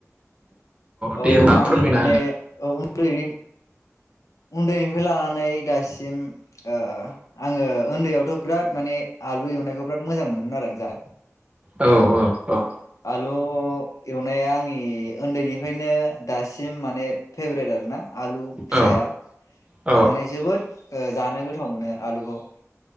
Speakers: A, on the left; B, on the right.
A: औ
B: दे होमबा
A: आं
B: फोरमायना
A: माने औ उन्दैनि उन्दैनिफ्राय लानानै दासिम ओ आङो उन्दैयावथ' बिराद माने आलु एवनायखौ बिराद मोजां मोनोमोन आरो आं जा
B: औ औ औ
A: थ' एवनाया आंनि उन्दैनिफ्रायनो दासिम माने फेभ्रेट आर ना आलु फिसाया
B: औ औ
A: आं माने जोबोद ओ जानो गोथ गोथाव मोनो आलुखौ